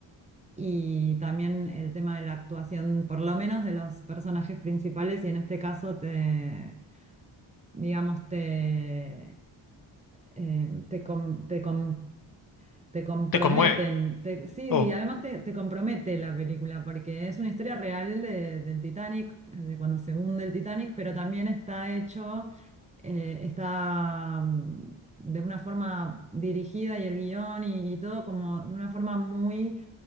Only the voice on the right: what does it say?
y también el tema de la actuación, por lo menos de los personajes principales, y en este caso te, digamos, te, eh, te, com- te com- te comprometen.
te- sí,
y además te, te compromete la película, porque es una historia real de- del Titanic, eh, de cuando se hunde el Titanic, pero también está hecho, eh, está mm, de una forma dirigida y el guión y, y todo como de una forma muy